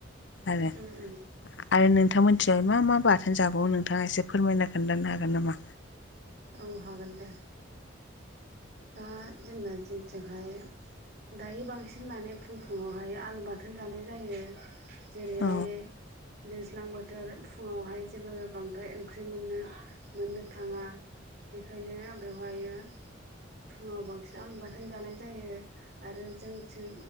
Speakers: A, on the left; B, on the right.
A: आरो
B: उम उम
A: आरो नोंथां मोनथिं मा मा बाथोन जाबावो नों नोंथाङा एसे फोरमायना खोन्थानो हागोन नामा
B: औ हागोन दे दा जेनेबा जोंनिथिहाय दायो बांसिन माने फुं फुङावहाय आलु बाथोन जानाय जायो जेरैहाय
A: औ
B: दैज्लां बोथोर फुङावहाय जेबो बांद्राय ओंख्रि मोननो मोननो थाङा। बेखायनो बेवहाय फुङाव बांसिन आलु बाथोन जानाय जायो आरो जोंथिं